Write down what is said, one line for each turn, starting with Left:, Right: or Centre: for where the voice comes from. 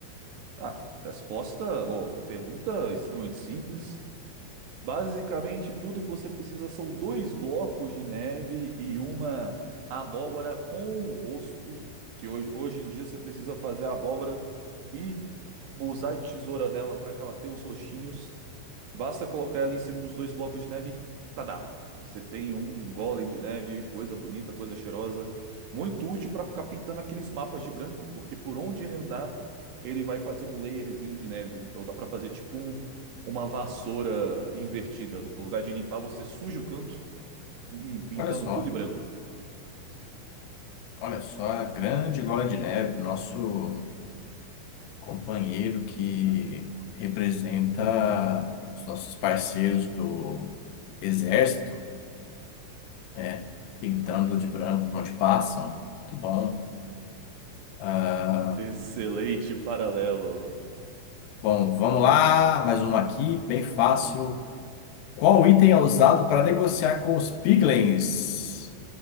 Right: Ah, resposta, ou pergunta extremamente simples. Basicamente, tudo que você precisa são dois blocos de neve e uma abóbora com o rosto, que hoje, hoje em dia você precisa fazer a abóbora e usar e tesoura nela para que ela tenha os rostinhos. Basta colocar ela em cima dos dois blocos de neve e tadá! Você tem um golem de neve, coisa bonita, coisa cheirosa. Muito útil para ficar pintando aqueles mapas de branco, porque por onde ele andar, ele vai fazer um layerzinho de neve. Então dá para fazer tipo um- uma vassoura invertida. No lugar de limpar, você suja o canto, lim- pintando
Left: Olha só,
Right: tudo de branco.
Left: olha só é a grande Gola de Neve, nosso companheiro que representa os nossos parceiros do Exército, né? Pintando de branco onde passam. Muito bom. Ah,
Right: Excelente paralelo.
Left: bom, vamos lá, mais uma aqui, bem fácil. Qual item é usado para negociar com os Piglins?